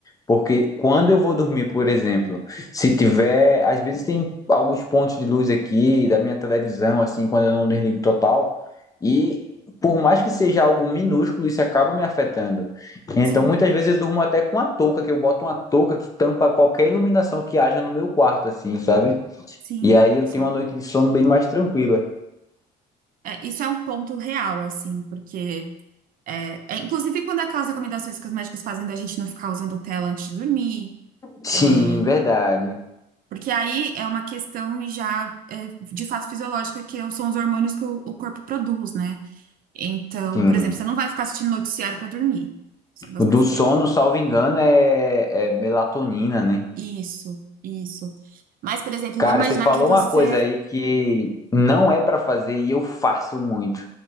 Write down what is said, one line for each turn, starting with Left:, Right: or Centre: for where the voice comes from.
Left: Porque quando eu vou dormir, por exemplo, se tiver. Às vezes tem alguns pontos de luz aqui da minha televisão, assim, quando eu não desligo total. E por mais que seja algo minúsculo, isso acaba me afetando. Então
Right: sim,
Left: muitas vezes eu durmo até com a touca, que eu boto uma touca que tampa qualquer iluminação que haja no meu quarto, assim, sabe?
Right: sim,
Left: E aí eu
Right: sim.
Left: tenho uma noite de sono bem mais tranquila.
Right: É, isso é um ponto real, assim, porque. É, é, inclusive, quando aquelas recomendações que os médicos fazem da gente não ficar usando tela antes de dormir.
Left: Sim,
Right: é,
Left: verdade.
Right: Porque aí é uma questão já é, de fato fisiológica, que são os hormônios que o, o corpo produz, né? Então,
Left: Sim.
Right: por exemplo, você não vai ficar assistindo noticiário para dormir. São das
Left: O do
Right: coisas
Left: sono,
Right: que.
Left: salvo engano, é, é melatonina, né?
Right: Isso, isso. Mas, por exemplo,
Left: Cara,
Right: vamos imaginar
Left: você falou
Right: que você.
Left: uma coisa aí que não é pra fazer e eu faço muito.